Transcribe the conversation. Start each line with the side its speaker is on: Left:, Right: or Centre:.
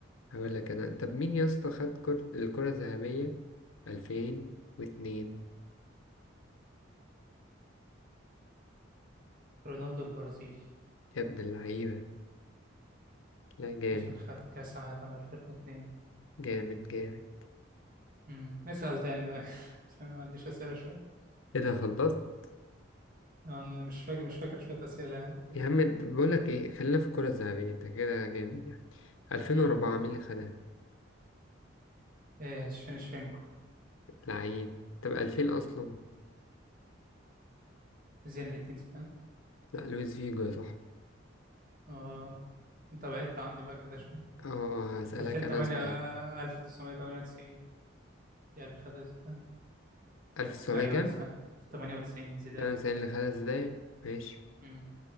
Left: هقول لك انا طب مين يا اسطى خد كرة الكرة الذهبية 2002
Right: رونالدو البرازيلي
Left: يا ابن اللعيبة لا جامد
Right: عشان خد كأس عالم 2002
Left: جامد جامد
Right: امم اسأل تاني ده <laughs> عشان ما عنديش أسئلة شوية
Left: ايه ده خلصت
Right: أنا مش فاكر مش فاكر شوية أسئلة يعني
Left: يا عم انت بقول لك ايه خلينا في الكرة الذهبية انت كده جامد يعني 2004
Right: امم
Left: مين اللي خدها
Right: إيه شفينشفينكو
Left: لعيب طب 2000 اصلا
Right: زين الدين زيدان
Left: لا لويس فيجو يا صاحبي
Right: اه أنت بعدت عني بقى كده شوية
Left: اه هسألك
Right: 2008
Left: انا سؤال
Right: آه، 1998 يا اللي خدها زيدان
Left: 1900
Right: أيوه
Left: كام
Right: صح 98 زيدان
Left: 98 اللي خدها ازاي ماشي
Right: امم